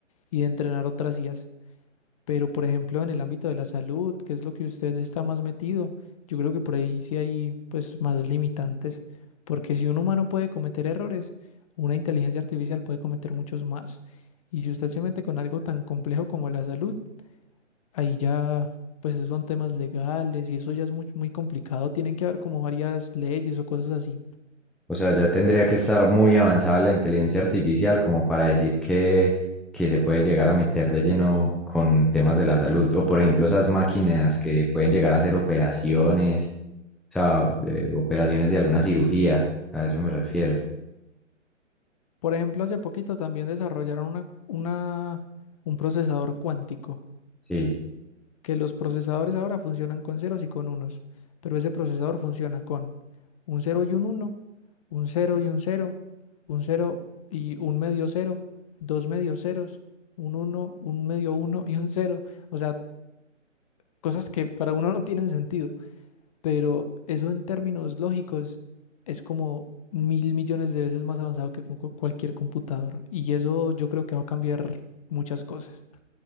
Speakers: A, on the left; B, in the centre.
A: y de entrenar otras IAs. Pero, por ejemplo, en el ámbito de la salud, qué es lo que usted está más metido, yo creo que por ahí sí hay pues más limitantes, porque si un humano puede cometer errores, una inteligencia artificial puede cometer muchos más. Y si usted se mete con algo tan complejo como la salud, ahí ya pues esos son temas legales y eso ya es muy, muy complicado, tienen que haber como varias leyes o cosas así.
B: O sea, ya tendría que estar muy avanzada la inteligencia artificial como para decir que, que se puede llegar a meter de lleno con temas de la salud. O por ejemplo, esas máquinas que pueden llegar a hacer operaciones, o sea, de- operaciones de alguna cirugía, a eso me refiero.
A: Por ejemplo, hace poquito también desarrollaron una, una, un procesador cuántico
B: sí.
A: que los procesadores ahora funcionan con ceros y con unos, pero ese procesador funciona con un cero y un uno, un cero y un cero, un cero y un medio cero, dos medios ceros, un uno, un medio uno y un cero, O sea, cosas que para uno no tienen sentido, pero eso en términos lógicos es como mil millones de veces más avanzado que con cu- cualquier computador. Y eso yo creo que va a cambiar muchas cosas.